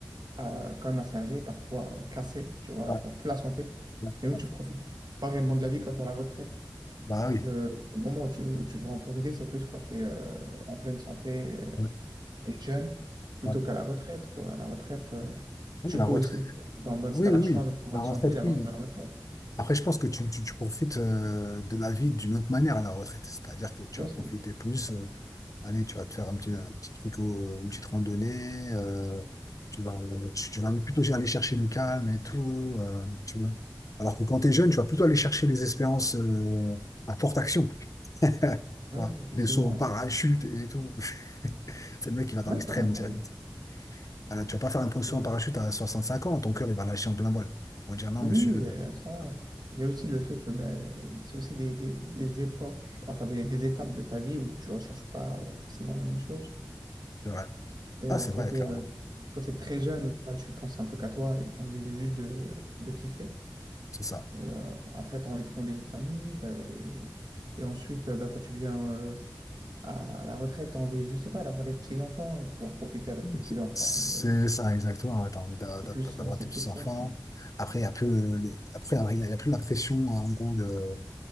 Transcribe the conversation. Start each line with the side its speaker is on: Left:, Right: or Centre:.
Right: à quand même assez âgé, parfois euh, cassé, tu vois,
Left: Ouais,
Right: tu plus la santé.
Left: ouais.
Right: Et donc,
Left: ouais.
Right: tu profites pas réellement de la vie quand tu es à la retraite.
Left: Bah
Right: En fait,
Left: oui.
Right: le, le moment où tu, tu devras en profiter, c'est plus quand tu es en pleine santé euh,
Left: Ouais.
Right: et jeune, plutôt
Left: Ouais,
Right: qu'à la retraite, quoi. À la retraite, euh,
Left: Ouais,
Right: tu
Left: La
Right: peux
Left: retraite.
Right: aussi le faire si t'es en bonne,
Left: Oui,
Right: si t'as la
Left: oui, oui.
Right: chance d'être en bonne
Left: la retraite,
Right: santé et d'avoir
Left: oui.
Right: une bonne retraite
Left: Après, je pense que tu, tu, tu profites euh, de la vie d'une autre manière à la retraite. C'est-à-dire que tu
Right: aussi.
Left: vas profiter plus. euh, allez, tu vas te faire un petit, un petit truc, au- une petite randonnée. euh, tu vas, tu, tu vas plutôt aller chercher le calme et tout. euh, tu vois. Alors que quand tu es jeune, tu vas plutôt aller chercher les espérances euh, à forte action. tu
Right: Ouais,
Left: vois.
Right: effectivement.
Left: Des sauts en parachute et tout. <laughs> C'est le mec qui va dans
Right: Oui,
Left: l'extrême
Right: ça va, ça
Left: direct.
Right: va.
Left: Alors, tu vas pas faire un saut
Right: Ouais.
Left: en parachute à 65 ans. Ton cœur, il va lâcher en plein vol. Ils vont dire non,
Right: Oui,
Left: monsieur.
Right: il
Left: euh,
Right: y a ça.
Left: voilà.
Right: ouais. Il y a aussi le fait que ben, c'est aussi des, des- des époques, enfin des, des étapes de ta vie où tu ne recherches pas euh, forcément la même chose.
Left: C'est vrai.
Right: Et
Left: Ah,
Right: euh,
Left: c'est
Right: quand
Left: vrai,
Right: tu
Left: clairement.
Right: es, quand t'es très jeune, là, tu penses un peu qu'à toi et tu as envie de juste de, de kiffer.
Left: C'est ça.
Right: Et euh, après, tu as envie de fonder une famille. t'as- Et, et ensuite, euh, bah, quand tu deviens euh, à la retraite, tu as envie, je sais pas, d'avoir des petits-enfants et de pouvoir profiter avec tes petits-enfants.
Left: C'est c'est
Right: Et le-
Left: ça, exactement. Ouais, T'as envie d'a- d'a-
Right: C'est plus,
Left: d'avoir
Right: c'est
Left: tes petits-enfants.
Right: plus ça, je pense.
Left: Après, il n'y a plus le, le- après, il y a, il y a plus la pression, en gros, de,